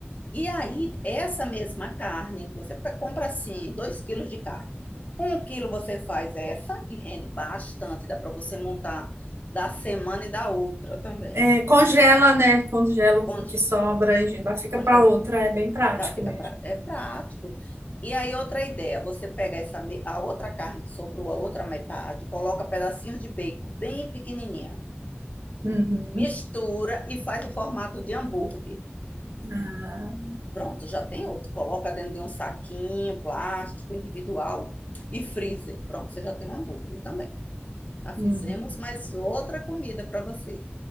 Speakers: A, on the left; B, on the right.
A: E aí, essa mesma carne, você pe- compra assim, 2 quilos de carne. Um quilo você faz essa, que rende bastante, dá para você montar da semana e da outra também.
B: É, congela, né? Congela
A: Con-
B: o que sobra e ainda fica
A: Congela.
B: para outra. É bem prático
A: Já fica
B: mesmo.
A: pra- é prático. E aí, outra ideia, você pega essa, me- a outra carne que sobrou, a outra metade, coloca pedacinhos de bacon bem pequenininha
B: Uhum.
A: mistura e faz o formato de hambúrguer.
B: Ah,
A: Pronto, já tem outro. Coloca dentro de um saquinho plástico individual e freezer. Pronto, você já tem um hambúrguer também. Já fizemos
B: hum,
A: mais outra comida para você.